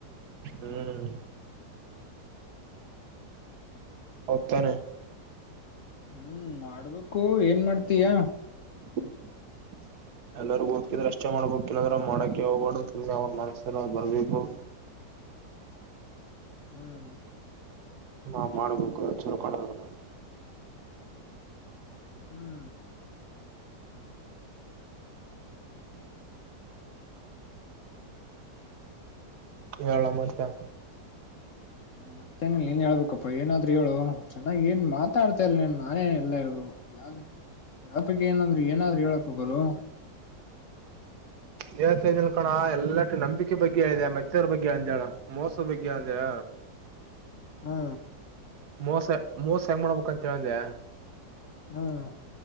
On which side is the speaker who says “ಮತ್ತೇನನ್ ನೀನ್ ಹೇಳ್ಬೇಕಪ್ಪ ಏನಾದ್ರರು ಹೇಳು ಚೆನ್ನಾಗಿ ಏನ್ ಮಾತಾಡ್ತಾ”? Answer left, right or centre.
Left